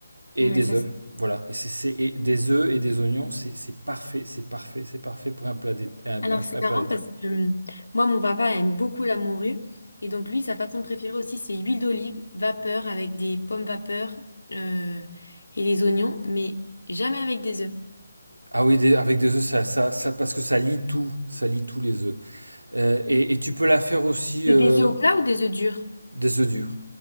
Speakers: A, on the right; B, on the left.
A: et
B: Ouais,
A: des
B: ça,
A: œufs. Voilà. Et c'est c'est- et des œufs et des oignons, c'est c'est parfait, c'est parfait, c'est parfait pour un plat d'été. un-
B: Alors,
A: un-
B: c'est
A: un
B: marrant
A: plat d'été.
B: parce que hum, moi, mon papa aime beaucoup la morue. Et donc, lui, sa façon préférée aussi, c'est huile d'olive, vapeur avec des pommes vapeur euh, et les oignons, mais jamais avec des œufs.
A: Ah oui, des- avec des œufs, ça, ça, ça- parce que ça lie tout, ça lie tous les œufs. Euh, et, et tu peux la faire aussi
B: Mais
A: euh,
B: des œufs au plat ou des œufs durs?
A: des œufs durs.